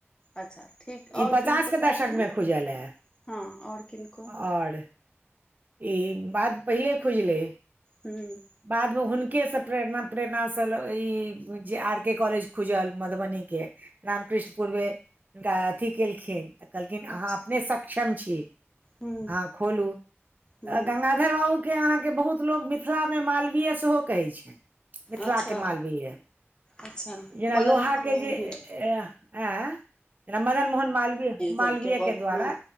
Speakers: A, on the left; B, on the right.
A: अच्छा ठीक आओर
B: ई पचास
A: किनको
B: के
A: बारेमे
B: दशक मे खुजल ए
A: हँ आओर किनको
B: और ई बात पहिले खुजलै
A: हूंम्म
B: बादमे हुनकेसँ प्रेरणा प्रेरणासँ ई जे आर के कॉलेज खुजल मधुबनीके रामकृष्ण पूरवे मे हिनका अथि केलखिन तऽ कहलखिन
A: अच्छा
B: अहाँ अपने सक्षम छी
A: हूँ
B: अहाँ खोलू
A: हूँ
B: तऽ गंगाधर बाबूके अहाँके बहुत लोक मिथिलामे मालवीय सेहो कहै छै मिथिला
A: अच्छा
B: के मालवीय
A: अच्छा
B: जेना
A: मदन
B: लोहाके
A: मोहन मालवीय
B: जे अ आँ जेना मदन मोहन मालवीय
A: जे
B: मालवीयके
A: के पद
B: द्वारा
A: हँ